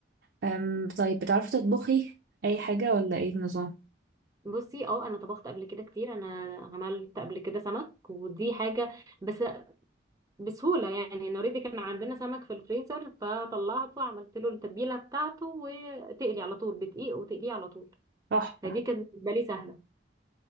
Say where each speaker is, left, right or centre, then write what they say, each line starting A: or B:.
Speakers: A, on the right; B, on the right.
A: أم طيب بتعرفي تطبخي أي حاجة ولا إيه النظام؟
B: بصي اه انا طبخت قبل كده كتير انا عملت قبل كده سمك ودي حاجه بس بسهوله يعني انا اوريدي كان عندنا سمك في الفريزر فطلعته عملت له التتبيله بتاعته وتقلي على طول بدقيق وتقليه على طول
A: تحفه
B: فدي كانت بالنسبه لي سهله